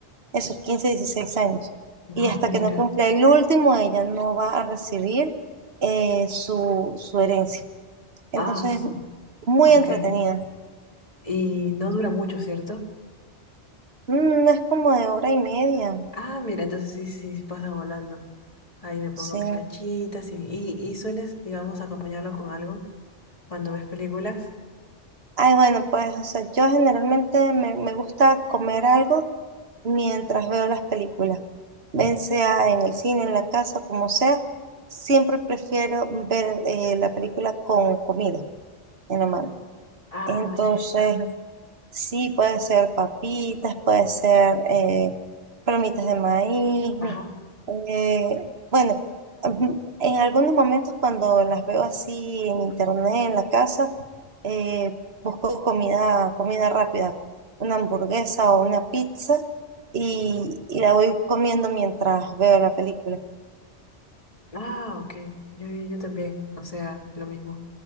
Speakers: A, on the right; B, on the left.
A: esos 15 16 años.
B: Ah,
A: Y hasta
B: mira.
A: que no cumpla el último, ella no va a recibir eh, su, su herencia. Entonces
B: Ah, su-
A: es muy
B: ok.
A: entretenida.
B: Y no dura mucho, ¿cierto?
A: Mm, No es como de hora y media.
B: Ah, mira, entonces sí, sí, sí pasa volando. Ahí me pongo
A: sí
B: mis cachitas y, y, y sueles, digamos, acompañarlo con algo cuando ves películas.
A: ay, bueno, pues, o sea, yo generalmente me, me gusta comer algo mientras veo las películas. bien sea en el cine, en la casa, como sea, siempre prefiero ver eh, la película con comida en la mano.
B: Ah,
A: Entonces,
B: ya, ya, ya.
A: sí, puede ser papitas, puede ser eh, palomitas de maíz.
B: Ajá.
A: eh, bueno, mm, en algunos momentos cuando las veo así en internet, en la casa, eh, busco comida, comida rápida, una hamburguesa o una pizza y, y la voy comiendo mientras veo la película.
B: Ah, ok. Yo, yo, yo también. O sea, lo mismo.